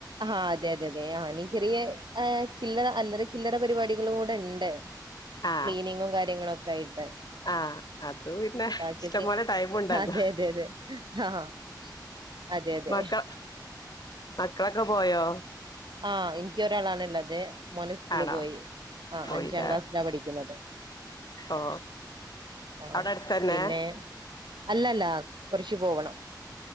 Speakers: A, on the right; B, on the left.
A: ആ അതെതെതെ ആ നീ ചെറിയ ഏ ചില്ലറ അല്ലറ ചില്ലറ പരിപാടികളും കൂടെണ്ട്
B: ആ
A: ക്ലീനിങ്ങും കാര്യങ്ങളൊക്കെ ആയിട്ട്
B: ആ അത് പിന്നെ
A: ബാക്കിയൊക്കെ
B: ഇഷ്ടംപോലെ ടൈമുണ്ടല്ലോ.
A: അതെ അതെ അതെ ആഹ് അതെ അതെ
B: മക്കള മക്കളൊക്കെ പോയോ?
A: ആ ഇൻക്കി ഒരാളാണുള്ളത് മോന് സ്കൂള്
B: ആണോ
A: പോയി ആ
B: പോയില്ലേ
A: അഞ്ചാം ക്ലാസ്സിലാ പഠിക്ക്‌ ണത്.
B: ഓ
A: ആ
B: അവടെ അടുത്തന്നെ?
A: പിന്നെ അല്ലല്ല കൊർച്ച് പോകണം